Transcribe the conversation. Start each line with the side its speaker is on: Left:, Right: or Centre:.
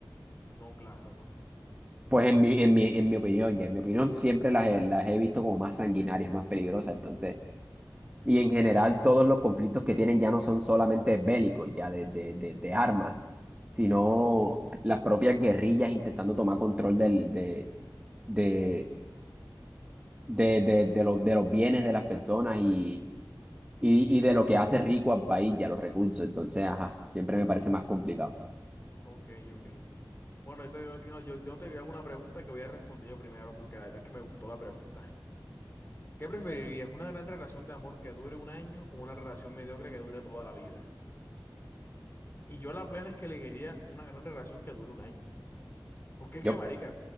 Left: No, claro.
Right: Pues en mi, en mi, en mi opinión, ya en mi opinión siempre las he, las he visto como más sanguinarias, más peligrosas. Entonces, y en
Left: Ok,
Right: general
Left: ok.
Right: todos los conflictos que tienen ya no son solamente bélicos, ya de, de, de, de armas, sino las propias guerrillas intentando tomar control del, de, de, de, de, de, lo- de los bienes de las personas y, y, y de lo que hace rico al país y a los recursos. Entonces, ajá, siempre me parece más complicado.
Left: Ok, ok. Bueno, yo te, digo- yo, te yo- yo te hago una pregunta que voy a responder yo primero porque la verdad es que me gustó la pregunta. ¿Qué preferirías? ¿Una gran relación de amor que dure un año o una relación mediocre que dure toda la vida? Y yo la plena es que elegiría una gran relación que dure un año. Porque es
Right: Yo,
Left: que, marica,